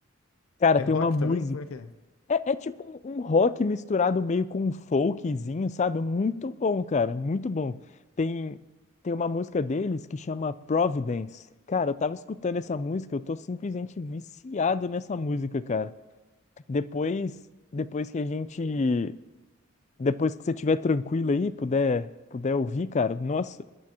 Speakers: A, on the left (about 35°); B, on the left (about 80°).
A: Cara,
B: É
A: tem
B: rock
A: uma música.
B: também? Como é que é?
A: É, é tipo um, um rock misturado meio com um folkzinho, sabe? Muito bom, cara, muito bom. Tem, tem uma música deles que chama Providence. Cara, eu tava escutando essa música, eu tô simplesmente viciado nessa música, cara. Depois, depois que a gente, depois que você estiver tranquilo aí, puder, puder ouvir, cara, nossa,